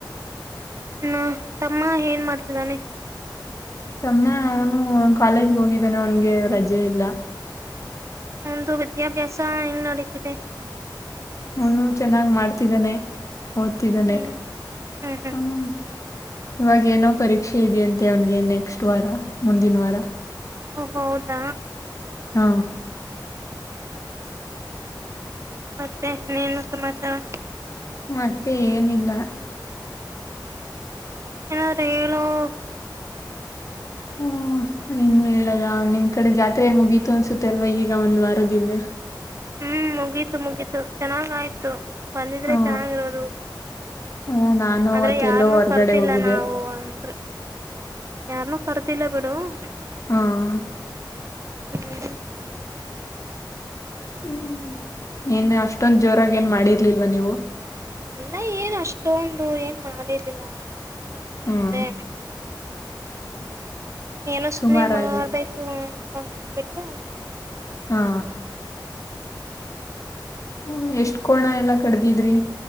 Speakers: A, on the right; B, on the left.
A: ಹ ತಮ್ಮ ಏನ್ ಮಾಡ್ತಿದ್ದಾನೆ
B: ತಮ್ಮ ಅವನು ಕಾಲೇಜ್ ಹೋಗಿದ್ದಾನೆ ಅವನ್ಗೆ ರಜೆ ಇಲ್ಲ
A: ಒಂದು ವಿದ್ಯಾಭ್ಯಾಸ ಹೆಂಗ ನಡೀತಿದೆ
B: ಹನು ಚೆನ್ನಾಗ್ ಮಾಡ್ತಿದ್ದಾನೆ ಓದ್ತಿದ್ದಾನೆ
A: ಹ್ಮ್ ಹ್ಮ್ ಹ್ಮ್
B: ಹ್ಮ ಇವಾಗ ಏನೋ ಪರೀಕ್ಷೆ ಇದೆಯಂತೆ ಅವನ್ಗೆ ನೆಕ್ಸ್ಟ್ ವಾರ ಮುಂದಿನ ವಾರ
A: ಓ ಹೌದಾ
B: ಹಾ
A: ಮತ್ತೆ ನೀನು ಸಮಾಚಾರ? <unintelligible>
B: ಮತ್ತೆ ಏನಿಲ್ಲ?
A: ಏನಾದ್ರ ಹೇಳು? <unintelligible>
B: ಹೂ ಇನ್ ಹೇಳದ ನಿಮ್ ಕಡೆ ಜಾತ್ರೆ ಮುಗೀತು ಅನ್ಸುತ್ತೆ ಅಲ್ವ ಈಗ ಒಂದ್ ವಾರದ ಹಿಂದೆ
A: ಹೂ ಮುಗೀತು ಮುಗೀತು ಚೆನ್ನಾಗ ಆಯ್ತು ಬಂದಿದ್ರೆ
B: ಹ
A: ಚೆನ್ನಾಗಿರೋದು
B: ಹ್ಮ ನಾನು
A: ಆದ್ರೆ
B: ಅವತ್ತೆಲ್ಲೋ
A: ಯಾರನ್ನು
B: ಹೊರ್ಗಡೆ
A: ಕರ್ದಿಲ್ಲ
B: ಹೋಗಿದ್ದೆ
A: ನಾವು ಒಬ್ಬರೇ ಯಾರನೂ ಕರ್ದಿಲ್ಲ ಬಿಡು. <unintelligible>
B: ಹಾ <unintelligible>
A: ಹ್ಮ್ <inaudible>
B: ಹ್ಮ ಇನ್ ಅಷ್ಟೊಂದ ಜೋರಾಗಿ ಏನ್ ಮಾಡಿರ್ಲಿಲ್ವಾ ನೀವು
A: ಇಲ್ಲ ಏನ್ ಅಷ್ಟೊಂದು ಏನ್ ಮಾಡಿರ್ಲಿಲ್ಲ
B: ಹ್ಮ್
A: ಅದೇ ಏನೋ ಸುಮ್ನೆ
B: ಸುಮಾರಾಗಿ
A: ಮಾಡ್ಬೇಕು ಅಂತ್ ಬಿಟ್ಟಾ? <unintelligible>
B: ಹಾ ಹೂ ಎಷ್ಟ್ ಕೋಣ ಎಲ್ಲಾ ಕಡ್ದಿದ್ರಿ